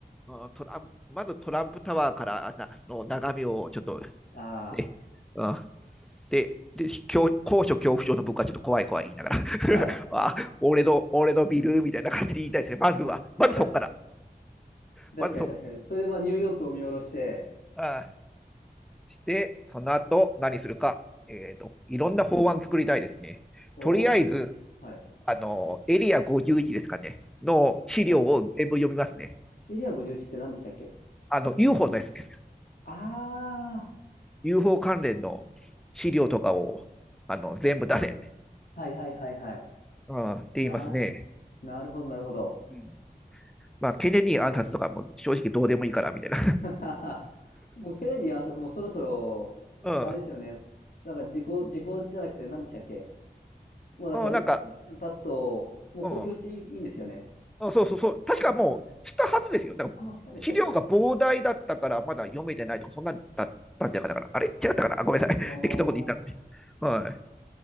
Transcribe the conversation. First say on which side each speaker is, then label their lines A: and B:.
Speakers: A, in the centre; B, on the left.
A: うん、トランプまずトランプタワーからの眺めをちょっと、
B: あ
A: ね。うん、で、で、高所恐怖症の僕はちょっと怖い怖い言いながら <laughs>、
B: あ、はい。
A: あ、俺の、俺のビルみたいな感じで言いたいですね。まずは、まずそっから。
B: 確かに、
A: まずそっ
B: 確かに、確かに。それで、まあ、ニューヨークを見下ろして、
A: から、あで、その後何するか、えーと、いろんな法案作りたいですね。
B: うん、おお、
A: とりあえず、
B: はい。
A: あの、エリア51ですかね、の資料を全部読みますね。
B: はいエリア51って何でしたっけ
A: あの、UFO のやつです。
B: ああ
A: UFO 関連の資料とかを、あの、全部出せって、
B: ー、はいはいはいはい。
A: うん、って言いますね。
B: な、なるほどなるほど。
A: うんまあ、
B: そ
A: ケネディ暗殺とかも正直どうでもいいから、みたいな。
B: <laughs> もうケネディ暗殺もそろそろ、
A: <laughs>
B: あれですよね。なんか時効、時効じゃなくて何でしたっけもうなんか一定の期間経つと、
A: うん。うん、なんか、
B: もう公表していい、
A: うん。
B: いいんですよね。
A: あそうそうそう、確かもうしたはずですよ。だから資料が膨大だったから、
B: あ、もうしたんでしたっけ
A: まだ読めてないとか、そんなんだったんじゃなかったかな。あれ違ったかなあごめんなさい。
B: おー。
A: <laughs> 適当なこと言ったかもしれないはい。